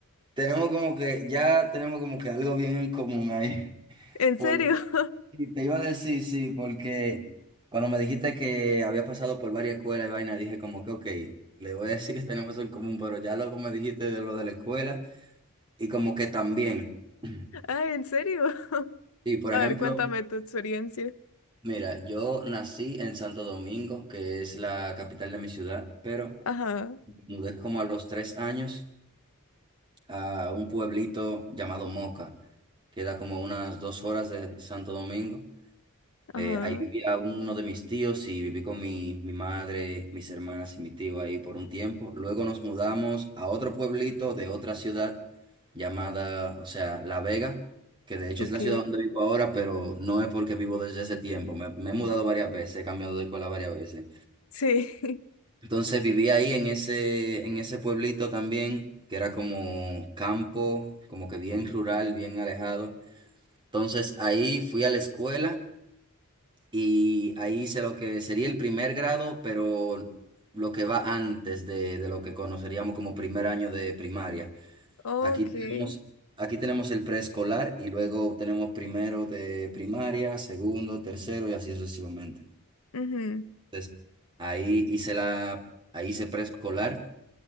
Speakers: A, on the right; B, on the left.
A: Tenemos como que, ya tenemos como que algo bien en común ahí. <laughs>
B: ¿En
A: Por-
B: serio? <laughs>
A: y te iba a decir, sí, porque cuando me dijiste que había pasado por varias escuelas y vaina, dije como que, ok, le voy a decir que tenemos eso en común, pero ya luego me dijiste de lo de la escuela y como que también. <clears throat>
B: Ah, ¿en serio? <laughs>
A: Y por
B: A
A: ejemplo,
B: ver, cuéntame tu experiencia.
A: mira, yo nací en Santo Domingo, que es la capital de mi ciudad, pero
B: Ajá,
A: mudé como a los tres años a un pueblito llamado Moca, que da como unas dos horas de Santo Domingo.
B: ajá,
A: Eh, ahí vivía uno de mis tíos y viví con mi, mi madre, mis hermanas y mi tío ahí por un tiempo. Luego nos mudamos a otro pueblito de otra ciudad llamada, o sea, La Vega, que de hecho
B: ok.
A: es la ciudad donde vivo ahora, pero no es porque vivo desde ese tiempo. Me, me he mudado varias veces, he cambiado de escuela varias veces.
B: Sí, <laughs>
A: Entonces viví ahí en ese, en ese pueblito también, que era como campo, como que bien rural, bien alejado. Entonces ahí fui a la escuela y ahí hice lo que sería el primer grado, pero lo que va antes de, de lo que conoceríamos como primer año de primaria.
B: ok.
A: Aquí tenemos, aquí tenemos el preescolar y luego tenemos primero de primaria, segundo, tercero y así sucesivamente.
B: ujú.
A: Entonces, ahí hice la, ahí hice preescolar